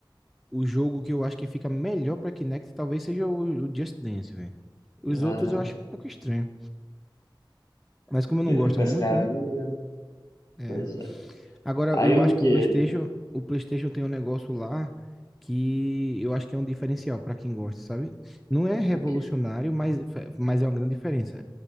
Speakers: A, in the centre; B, on the left.
A: o jogo que eu acho que fica melhor pra Kinect talvez seja o, o Just Dance, velho. Os outros
B: Aham.
A: eu acho um pouco estranho. Mas como eu não
B: Tem
A: gosto
B: um de pescaria,
A: muito, né? É.
B: pois é.
A: Agora,
B: Aí
A: eu
B: o
A: acho que
B: quê?
A: o PlayStation, o PlayStation tem um negócio lá que eu acho que é um diferencial pra quem gosta, sabe? Não é revolucionário,
B: O quê?
A: mas, é, mas é uma grande diferença,